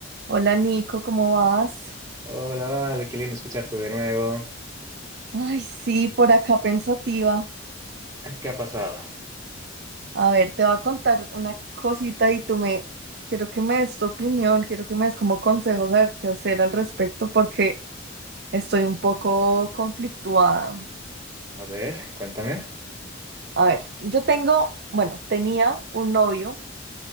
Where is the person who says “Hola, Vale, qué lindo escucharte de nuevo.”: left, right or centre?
Right